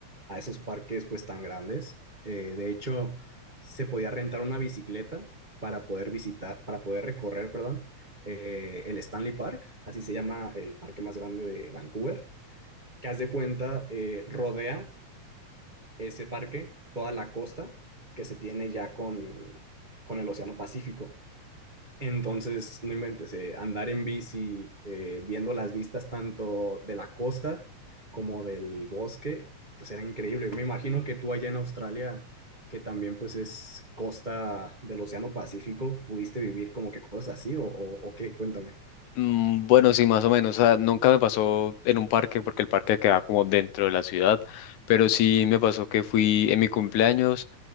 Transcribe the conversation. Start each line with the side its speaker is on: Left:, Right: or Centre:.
Right: a esos parques pues tan grandes. Eh, de hecho, se podía rentar una bicicleta para poder visitar, para poder recorrer, perdón, eh, el Stanley Park, así se llama el parque más grande de Vancouver que haz de cuenta, eh, rodea ese parque, toda la costa que se tiene ya con, con el Océano Pacífico. Entonces, no inventes, eh, andar en bici, eh, viendo las vistas tanto de la costa como del bosque, pues era increíble. Me imagino que tú allá en Australia, que también pues es costa del Océano Pacífico, pudiste vivir como que cosas así o, o, o qué, cuéntame.
Left: Mm, Bueno, sí, más o menos. O sea, nunca me pasó en un parque porque el parque queda como dentro de la ciudad, pero sí me pasó que fui en mi cumpleaños,